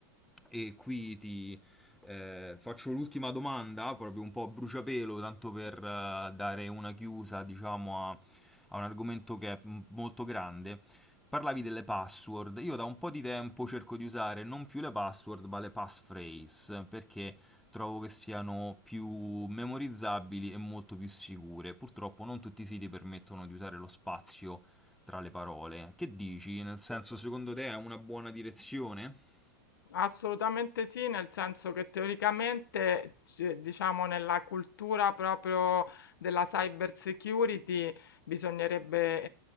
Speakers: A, in the centre; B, on the left (about 80°).
A: e qui ti, eh, faccio l'ultima domanda, proprio un po' a bruciapelo, tanto per eh, dare una chiusa, diciamo, a, a un argomento che è m- molto grande. Parlavi delle password. Io da un po' di tempo cerco di usare non più le password, ma le passphrase, perché trovo che siano più memorizzabili e molto più sicure. Purtroppo non tutti i siti permettono di usare lo spazio tra le parole. Che dici? Nel senso, secondo te è una buona direzione?
B: Assolutamente sì, nel senso che teoricamente, c- diciamo, nella cultura proprio della cyber security bisognerebbe